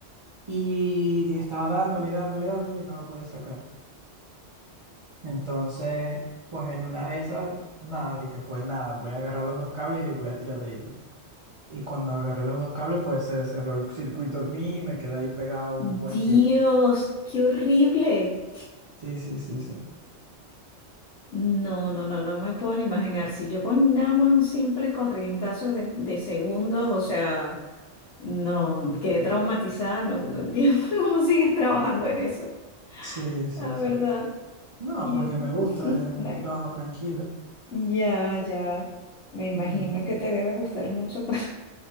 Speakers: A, on the right; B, on the left.
A: Y estaba dándole y dándole y dándole y no lo podía sacar. Entonces, pues en una de esas, nada, dije, pues nada, voy a agarrar los dos cables y voy a tirar de ellos. Y cuando agarré los dos cables, pues se cerró el circuito en mí y me quedé ahí pegado un
B: Dios,
A: buen tiempo.
B: qué horrible.
A: Sí, sí, sí, sí.
B: No, no, no, no me puedo ni imaginar. Si yo con nada más un simple corrientazo de, de segundos, o sea, no, quedé traumatizada, no, no entiendo <laughs> cómo sigues trabajando en eso.
A: Sí, sí,
B: La verdad,
A: sí. No,
B: sí.
A: porque me gusta,
B: <laughs>
A: es un
B: Bueno,
A: trabajo tranquilo.
B: ya, ya, me imagino
A: Ujú.
B: que te debe gustar mucho para, <laughs>